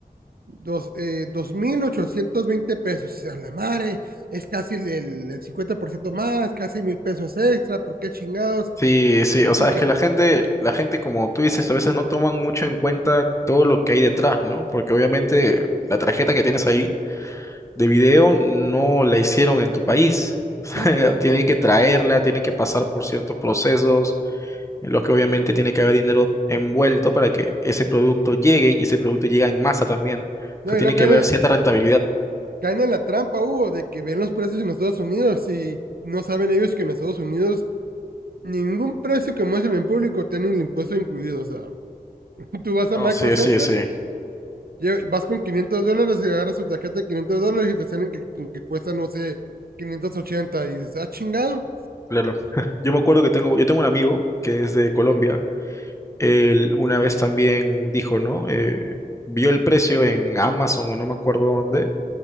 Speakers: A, on the right; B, on the left.
A: dos, eh, mil ochocientos veinte pesos. A la madre, es casi el, el, el 50% más, casi mil pesos extra, ¿por qué chingados?
B: Sí, sí, o sea,
A: Porque,
B: es que la gente, la gente, como tú dices, a veces no toman mucho en cuenta todo lo que hay detrás, ¿no? Porque obviamente la tarjeta que tienes ahí de video no la hicieron en tu país. <laughs> O sea,
A: sí, pues,
B: tienen que traerla, tienen que pasar por ciertos procesos en los que obviamente tiene que haber dinero envuelto para que ese producto llegue y ese producto llega en masa también. O
A: no,
B: sea,
A: y
B: tiene
A: luego caen,
B: que haber cierta rentabilidad.
A: caen en la trampa, Hugo, de que ven los precios en los Estados Unidos y no saben ellos que en Estados Unidos ningún precio que muestren en público tiene el impuesto incluido, o sea, Tú vas a
B: No,
A: Micro
B: sí,
A: Center,
B: sí, sí,
A: lle- vas con 500 dólares y agarras tu tarjeta de 500 dólares y te salen que, con que cuesta, no sé, 580 y dices, ah, chingado,
B: claro. <laughs> Yo me acuerdo que tengo, yo tengo un amigo que es de Colombia. Él una vez también dijo, ¿no? Eh, vio el precio en Amazon o no me acuerdo dónde,